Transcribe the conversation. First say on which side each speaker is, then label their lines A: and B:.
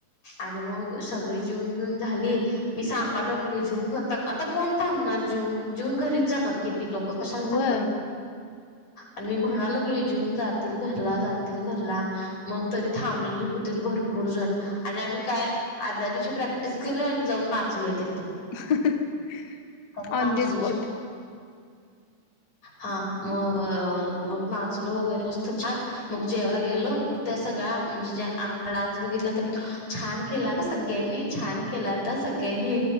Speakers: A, on the left; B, on the left.
A: आणि मग सगळी जिऊन बिऊन झाली, मी सांगा लागलोय जेऊन घेता का, आता कोण थांबणार जीऊन, जीऊन घरीच जाणार कि ती लोकं कशाला
B: व्हय
A: थांबत आणि मी म्हणा लागलोय जीऊन जातील घरला जातील घरला मग तरी थांबली होतीत भरपूर जणं आणि आम्ही काय, आदल्या दिवशी प्रॅक्टिस केलौय आणि जाऊन नाचलोय तिथं.
B: अं हं हं
A: कारण नाचलोच
B: ऑन द स्पॉट.
A: हा म अ मग नाचलो वगैरे मस्त छान. मग जेवला गेलो, त्या सगळ्या म्हणजे ज्या डान्स बघितला त्यानी छान केलाता सगळ्यांनी, छान केलाता सगळ्यांनी,